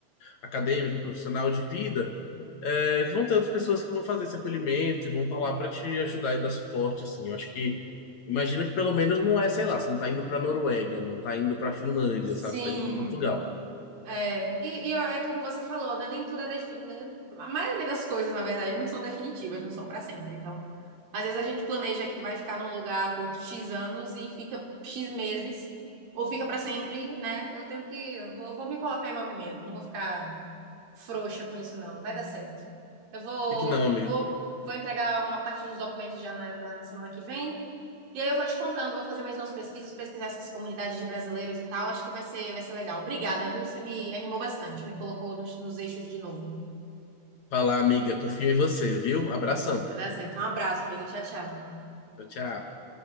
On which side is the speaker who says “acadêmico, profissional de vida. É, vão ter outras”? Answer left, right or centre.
Left